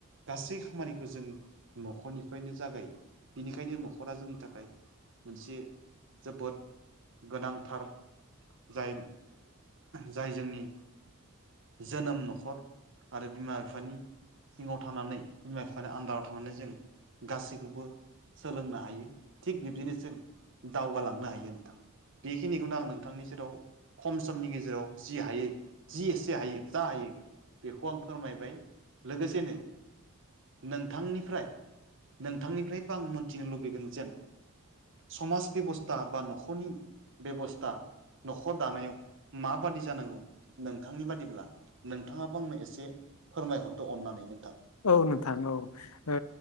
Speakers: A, on the right (about 60°); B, on the left (about 75°).
A: गासै खामानिखौ जों न'खरनिफ्रायनो जागायो बेनिखायनो न'खरा जोंनि थाखाय मोनसे जोबोद गोनांथार जाय जाय जोंनि जोनोम न'खर आरो बिमा बिफानि सिङाव थानानै बिमा बिफानि आन्दाराव थनानै जों गासैखौबो सोलोंनो हायो थिग बिब्दिनोसो दावगालांनो हायो नोंथां बेखिनिखौनो आं नोंथांनि सेराव खम समनि गेजेराव जि हायो जि एसे हायो जा हायो बेखौ आं फोरमायबाय लोगोसेनो नोंथांनिफ्राय नोंथांनिफ्रायबो आं मोनथिनो लुबैगोन जेन समाज बेबस्था बा न'खरनि बेब'स्था न'खर दानायाव माबादि जानांगौ नोंथांनि बादिब्ला नोंथाङाबो आंनो एसे फोरमायहरदो अननानै नोंथां।
B: औ नोंथां औ ओ